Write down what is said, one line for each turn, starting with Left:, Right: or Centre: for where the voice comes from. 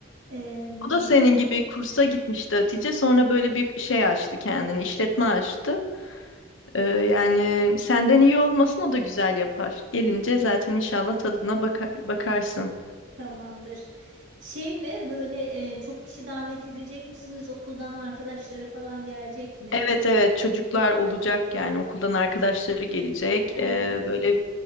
Right: E,
Left: O da senin
Right: böyle
Left: gibi kursa gitmişti Hatice. Sonra böyle bir şey açtı kendini, işletme açtı. Ee, yani senden iyi olmasın o da güzel yapar. Gelince
Right: Hı,
Left: zaten inşallah tadına baka- bakarsın.
Right: tamamdır. Şey mi böyle e, çok kişi davet edecek misiniz? Okuldan arkadaşları falan gelecek mi?
Left: Evet evet çocuklar olacak yani okuldan arkadaşları gelecek.
Right: Hı.
Left: Ee, böyle